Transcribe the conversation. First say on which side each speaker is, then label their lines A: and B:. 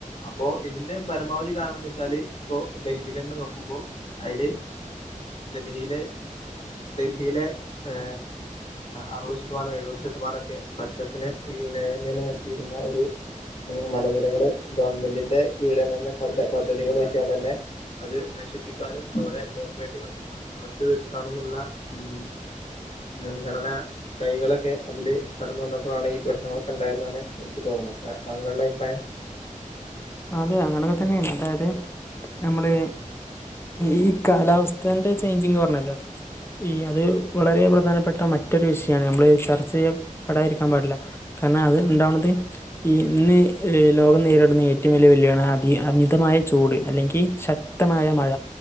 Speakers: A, on the left; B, on the left.
A: അപ്പോ ഇതിന്റെ പരമാവധി കാരണന്ന് വെച്ചാല് ഇപ്പൊ ഡൽഹിൽ തന്നെ നോക്കുമ്പോ അതില് ഡൽഹിയിലെ ഡൽഹിയിലെ ഏ അറുപത് ശതമാനം എഴുപത് ശതമനൊക്കെ പച്ചപ്പിനെ പിന്നെ നിലനിർത്തിയിരുന്ന ഒരു ഉം മലനിരകൾ ഗവൺമെന്റിന്റെ കീഴിൽ തന്നെ പദ്ധ പദ്ധതികൾ വെച്ചാണ്ട് തന്നെ അത് നശിപ്പിക്കാനും അവിടെ കോർപ്പറേറ്റ് കമ്പനികൾ അറച്ചു തീർക്കാനുമുള്ള ഉം മുൻഗണന കൈകളൊക്കെ അതില് കടന്നു വന്നപ്പോഴാണ് ഈ പ്രശ്നങ്ങളൊക്കെ ഉണ്ടായതെന്നാണ് എനിക്ക് തോന്നുന്നത് അ താങ്കളുടെ അഭിപ്രായം <inaudible>
B: അതെ അങ്ങനെയൊക്കെ തന്നെയാണ് അതായത് നമ്മള് ഈ കാലാവസ്ഥന്റെ ചേഞ്ചിങ്ന്ന് പറഞ്ഞല്ലോ ഈ അത് വളരെ പ്രധാനപ്പെട്ട മറ്റൊരു വിഷയമാണ് നമ്മള് ചർച്ച ചെയ്യ പെടാതിരിക്കാൻ പാടില്ല കാരണം അത് ഉണ്ടാവണത് ഈ ഇന്ന് ലോകം നേരിടുന്ന ഏറ്റവും വലിയ വെല്ലണ് അതി അമിതമായ ചൂട് അല്ലെങ്കിൽ ശക്തമായ മഴ